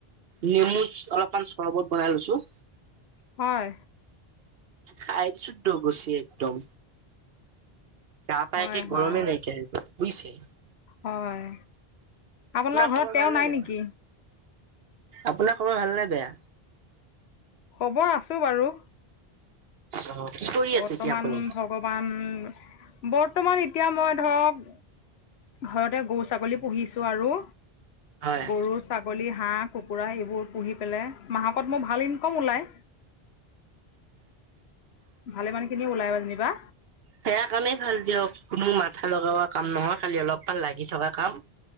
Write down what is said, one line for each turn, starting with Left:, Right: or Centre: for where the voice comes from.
Right: নেমু অলপমান চৰবত বনাই লৈছো।
Left: হয়।
Right: খাইদিছো ডগচি একদম। তা'পা
Left: হয়
Right: একে গৰমে
Left: হয়
Right: নাইকিয় বুজিছে।
Left: হয়, আপোনাৰ ঘৰত
Right: খবৰ
Left: তেওঁ
Right: ভালনে
Left: নাই
Right: বেয়া?
Left: নেকি?
Right: আপোনাৰ খবৰ ভালনে বেয়া?
Left: খবৰ আছো বাৰু
Right: অ' কি কৰি
Left: বৰ্তমান
Right: আছে এতিয়া আপুনি?
Left: ভগৱান, বৰ্তমান এতিয়া মই ধৰক ঘৰতে গৰু-ছাগলী পুহিছো আৰু
Right: হয়।
Left: গৰু-ছাগলী, হাঁহ-কুকুৰা এইবোৰ পুহি পেলাই মাহেকত মোৰ ভাল ইনকম ওলাই। ভালে মান খিনি ওলাই গ'ল যেনিবা।
Right: সেয়া কামেই ভাল দিয়ক, কোনো মাথা লগোৱা কাম নহয় খালি অলপাল লাগি থকা কাম।